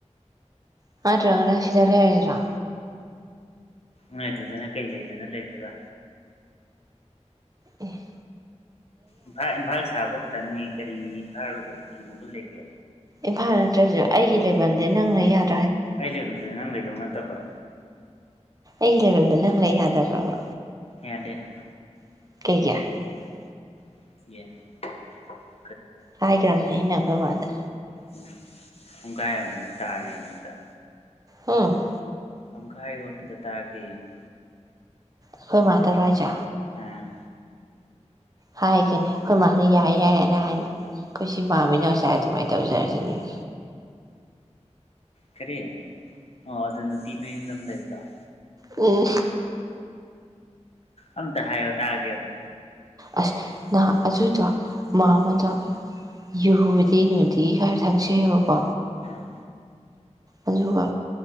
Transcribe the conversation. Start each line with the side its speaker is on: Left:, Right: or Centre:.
Right: ꯅ꯭ꯠꯔꯥꯒ꯭ꯅꯥ ꯁꯤ ꯗꯥ ꯂꯦꯏꯔꯥ ꯁꯦ ꯔꯥ꯫
Left: ꯅꯣꯏ ꯑꯗꯨ ꯗꯨꯅꯥ ꯀꯦꯏ ꯂꯦꯏꯗꯅꯥ ꯂꯦꯏꯗꯣꯏꯕꯥ꯫
Right: ꯑꯦꯍ꯫
Left: ꯏꯝꯐꯥꯜ ꯏꯝꯐꯥꯜ ꯁꯥꯕꯥ ꯈ꯭ꯇꯪ ꯅꯤ꯫ ꯀꯔꯤ ꯐꯚꯔꯒꯤ ꯃꯒꯜ ꯂꯩꯒꯦ
Right: ꯏꯝꯐꯥꯜ ꯅ꯭ꯠꯔꯥ ꯁꯨ ꯏꯏꯖꯤ ꯂꯦꯏꯕꯝ ꯗꯥ ꯉ ꯂꯦꯏꯕꯥ ꯌꯥ꯫
Left: ꯑꯩ ꯂꯩꯔꯦ ꯅꯪ ꯂꯩꯗꯧꯅ ꯅ꯭ꯠꯔꯥꯕꯥ꯫
Right: ꯏꯒꯤ ꯂꯦꯏꯕꯝ ꯗꯥ ꯉ ꯂꯦꯏ ꯌꯥꯗꯕ꯭ꯔꯥ ꯕꯥ꯫
Left: ꯌꯥꯗꯦ ꯍꯥꯌꯅꯥ ꯀꯧꯏ꯫
Right: ꯀꯦꯏꯖꯤ ꯍꯥꯌꯅꯥ ꯀꯧꯏ꯫
Left: ꯑꯦꯍ꯫
Right: ꯍꯥꯏꯒ꯭ꯔꯥꯕꯅꯦ ꯑꯩꯅꯥ꯫ ꯑꯈꯣꯏ ꯃꯥ ꯗꯥ꯫
Left: ꯎꯝ ꯄꯨꯡꯒꯥꯏꯕꯅꯦ ꯇꯥꯒꯦꯅ ꯑꯝꯇ
Right: ꯑꯃ
Left: ꯑꯃꯨꯀꯥ ꯍ꯭ꯌꯣ ꯑꯃꯇꯥ ꯇꯦꯒꯦ꯫
Right: ꯑꯈꯣꯏ ꯃꯥ ꯗꯥ ꯔꯣ ꯍꯥꯏꯁꯦ꯫
Left: ꯎꯝ
Right: ꯍꯥꯏꯒꯅꯦ ꯑꯩꯈꯣꯏ ꯃꯥꯅ ꯌꯥꯏ ꯌꯥꯏꯌꯦꯅ ꯍꯥꯏꯅ ꯑꯩꯈꯣꯏ ꯁꯤ ꯄꯥꯝꯃꯤꯅ ꯉꯁꯥꯏ ꯑꯗꯨꯃꯥꯏꯅ ꯇꯧꯖꯔꯖꯅꯤꯡ
Left: ꯀꯔꯤ꯫ ꯑꯣꯍ ꯑꯗꯨ ꯅꯨꯄꯤ ꯃꯌꯥꯝ ꯑꯥꯃꯥ ꯂꯦꯏꯕꯥꯗꯨ꯫
Right: ꯎꯝ
Left: ꯑꯃꯇꯥ ꯍ꯭ꯌꯣ ꯇꯦꯒꯦ ꯕꯥ꯫
Right: ꯑꯁ ꯅꯍꯥ ꯑꯗꯨꯗꯣ ꯃꯥꯃꯗꯣ ꯌꯨꯕꯗꯤ ꯅꯨꯅꯨꯡꯗꯤ ꯈꯔ ꯊꯛꯆꯩꯑꯕꯀꯣ
Left: ꯑꯥ
Right: ꯑꯗꯨꯒ